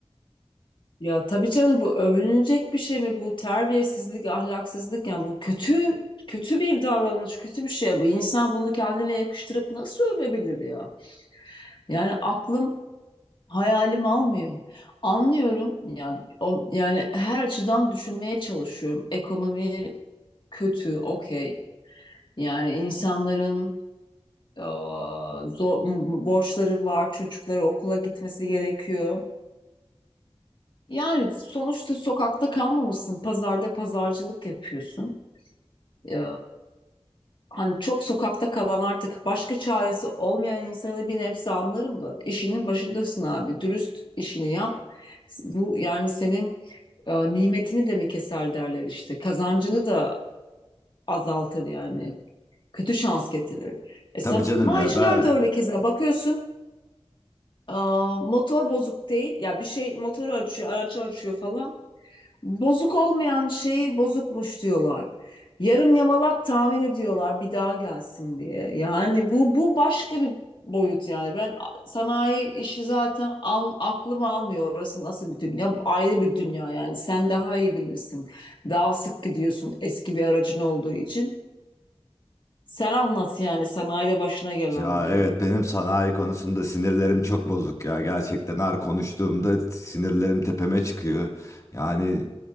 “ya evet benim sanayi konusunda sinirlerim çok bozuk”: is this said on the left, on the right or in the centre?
Left